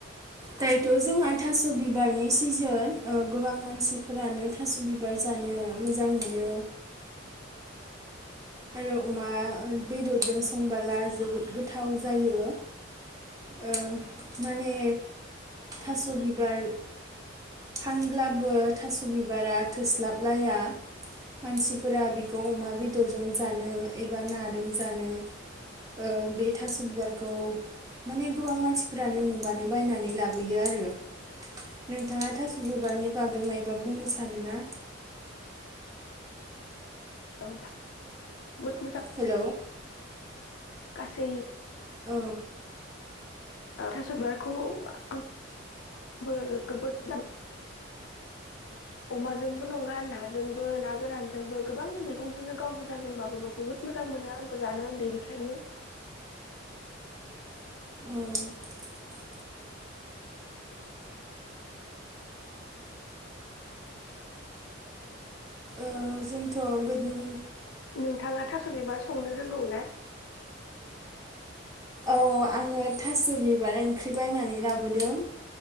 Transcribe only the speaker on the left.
औ <unintelligible>
गासै
थास बिबारखौ आंबो <inaudible> जोबोद मोजां अमाजों जोंल नङा नाजोंबो ना गोरानजोंबो गोबां मैंजोंनो गाव गोजाजोंबाबाबो बुहुत मोजां मोनो आंबो जानो उन्दैनिफ्रायनो
नोंथाङा थास बिबार संनो रोंगौ ना